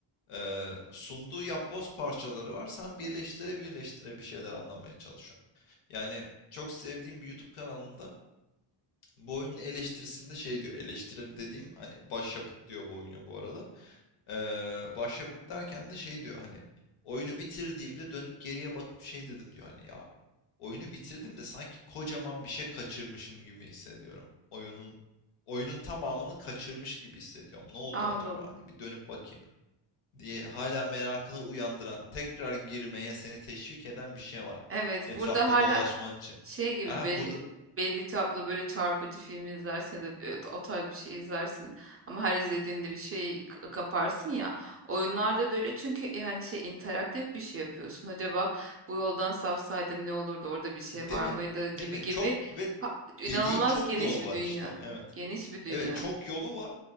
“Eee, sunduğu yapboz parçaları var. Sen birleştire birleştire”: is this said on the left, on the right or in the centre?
Left